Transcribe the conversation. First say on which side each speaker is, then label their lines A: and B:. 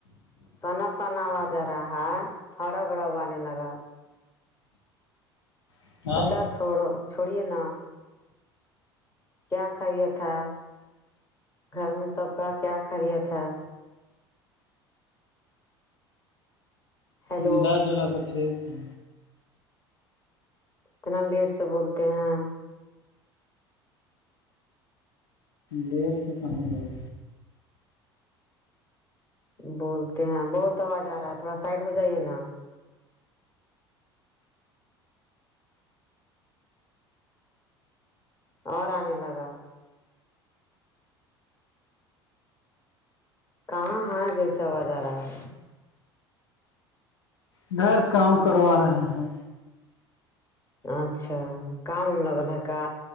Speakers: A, on the left; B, on the left.
A: سنا سنا آوازا رہا ہے ہرا بڑا ہو آنے لگا
B: ہے اب
A: اچھا چھوڑو چھوڑیے نا کیا خیریت ہے گھر میں سب کا کیا خیریت ہے ہیلو
B: ملا جلا کے ٹھیک ہے
A: اتنا لیٹ سے بولتے ہیں
B: لیٹ سے کہاں بول
A: بولتے ہیں بہت آواز آ رہا ہے تھوڑا سائڈ ہو جائیے نا اور آنے لگا کہاں ہاں جیسا آواز آ رہا ہے
B: ادھر کام کروا رہے ہیں
A: اچھا کام وم لگل ہے کا